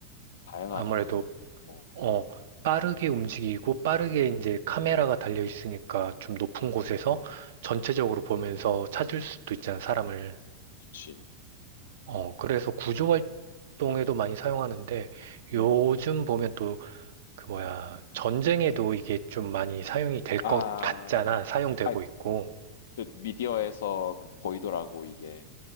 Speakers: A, on the left (about 60°); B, on the right (about 55°).
A: 다양하네,
B: 아무래도
A: 되게. 어,
B: 어, 빠르게 움직이고 빠르게 이제 카메라가 달려 있으니까 좀 높은
A: 음,
B: 곳에서 전체적으로 보면서 찾을 수도 있잖아, 사람을.
A: 그치.
B: 어, 그래서 구조 활동에도 많이 사용하는데 요즘
A: 음,
B: 보면 또 그 뭐야, 전쟁에도 이게 좀 많이 사용이 될
A: 아,
B: 것 같잖아. 사용되고
A: 아,
B: 있고.
A: 그 미디어에서 그 보이더라고 이게